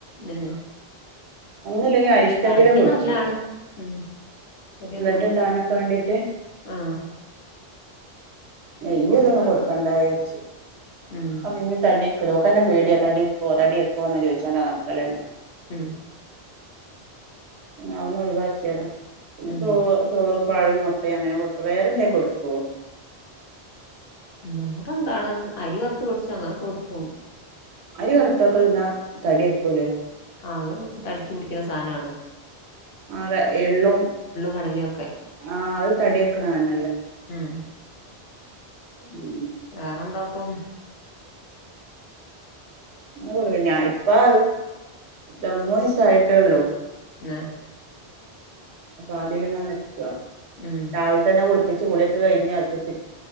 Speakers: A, on the left (about 70°); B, on the right (about 80°).
A: തന്നെ
B: ഒന്നുല്ലെങ്കി അരിഷ്ടെങ്കിലും
A: തടിക്ക്
B: കുടിച്ചും
A: നല്ലാണ് ഉം തടി നന്നാവൻ
B: ബ്ലഡ് ഉണ്ടാകാനൊക്കെ വേണ്ടിട്ട്
A: ആഹ്
B: നെയ്യ്ഇതൊന്നും
A: ഓരോ
B: കൊടുക്കണ്ടാ വിചാരിച്ച്
A: ഉം
B: അപ്പ പിന്നെതടി വെ ഒക്ക്ന്നെ പേടിയാ തടിവെക്കോ തടി വെക്കോ എന്ന് ചോദിച്ചോണ്ടാ നടക്കല്ലെന്നെ
A: ഉം
B: ഞാ ഒന്ന് ഒഴിവാക്കിയതാ ഇഞ്ഞ്
A: ഉം
B: ചോറ് ചോറും പഴുമുട്ട അങ്ങനെ കൊടുക്കാ വേറെന്തെ കൊടുക്കോ
A: വേറെ എന്താണ് അരി വറുത്ത് പൊടിച്ച് അങ്ങനൊക്കെ കൊടുക്കും
B: അരിവറ്ത്തതൊക്കെ തിന്നാ തടി വെക്കൂലേ
A: ആഹ് അത് തടിക്ക് പിടിക്ണ സാധനാണ്
B: അതെ എള്ളും
A: കടലിം ഒക്കെ
B: ആഹ് അത് തടി വെക്ക് ക്കണാണ്.
A: ഉം
B: ഉം
A: വേറെന്താപ്പോ
B: അ കൊടുക്ക ഞാ ഇപ്പ രണ്ട് മൂന്ന് ദിവസായിട്ടേള്ളു
A: ആ
B: അപ്പൊ അതിൽ ഇങ്ങനെ നിക്കാ
A: ഉം
B: രാവിലെ തന്നെ കു പ്പിച്ചു കുളി ഒക്കെ കഴിഞ്ഞ് അത്തത്തി